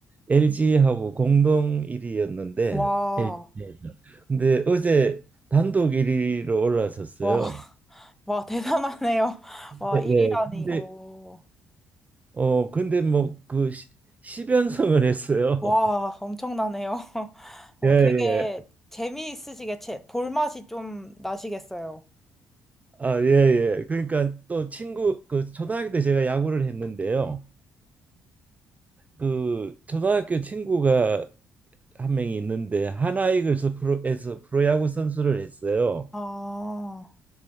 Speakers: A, on the right; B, in the centre.
A: LG하고 공동 1위였는데
B: 와,
A: LG에서. 근데 어제 단독 1위로 올라섰어요.
B: 와, <laughs> 와, 대단하네요. <laughs> 와,
A: 네,
B: 1위라니.
A: 네. 근데
B: 오,
A: 어 근데 뭐 그 10연승을 했어요.
B: 와,
A: <laughs>
B: 엄청나네요. <laughs> 어,
A: 예,
B: 되게
A: 예.
B: 재미있으시게 제, 볼맛이 좀 나시겠어요.
A: 아, 예, 예. 그러니까 또 친구 그 초등학교 때 제가 야구를 했는데요. 그 초등학교 친구가 한 명이 있는데 하나이글스 프로에서 프로야구 선수를 했어요.
B: 아,